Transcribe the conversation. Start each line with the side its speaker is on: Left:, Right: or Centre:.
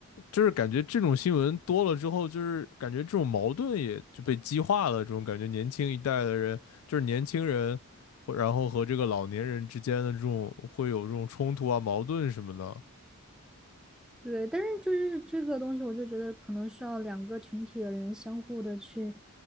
Left: 就是感觉这种新闻多了之后，就是感觉这种矛盾也就被激化了，这种感觉，年轻一代的人，就是年轻人，或然后和这个老年人之间的这种会有这种冲突啊、矛盾什么的。
Centre: 对，但是就是这个东西，我就觉得可能需要两个群体的人相互的去